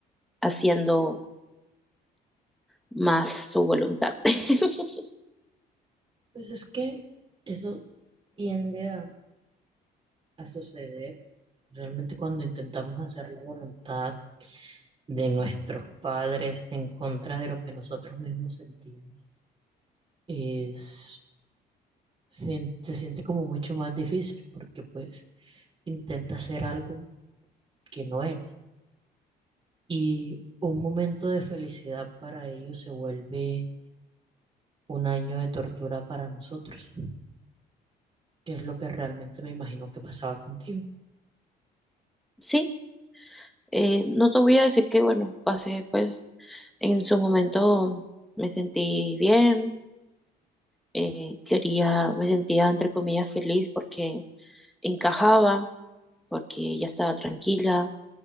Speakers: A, in the centre; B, on the right.
A: haciendo más su voluntad. <laughs>
B: Pues es que eso tiende a, a suceder. Realmente cuando intentamos hacer la voluntad de nuestros padres en contra de lo que nosotros mismos sentimos, es se, se siente como mucho más difícil porque pues intentas ser algo que no eres. Y un momento de felicidad para ellos se vuelve un año de tortura para nosotros, que es lo que realmente me imagino que pasaba contigo.
A: Sí, eh, no te voy a decir que bueno, pasé pues en su momento me sentí bien, eh, quería, me sentía entre comillas feliz porque encajaba, porque ella estaba tranquila,